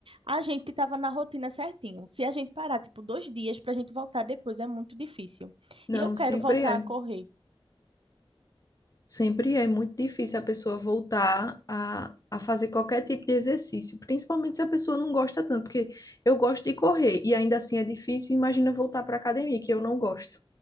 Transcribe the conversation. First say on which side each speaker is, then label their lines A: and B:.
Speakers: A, on the right; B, on the left.
A: a gente tava na rotina certinho. Se a gente parar, tipo, dois dias pra gente voltar depois, é muito difícil.
B: Não,
A: E eu quero
B: sempre
A: voltar
B: é.
A: a correr.
B: Sempre é muito difícil a pessoa voltar a, a fazer qualquer tipo de exercício, principalmente se a pessoa não gosta tanto, porque eu gosto de correr e ainda assim é difícil. Imagina voltar para a academia, que eu não gosto.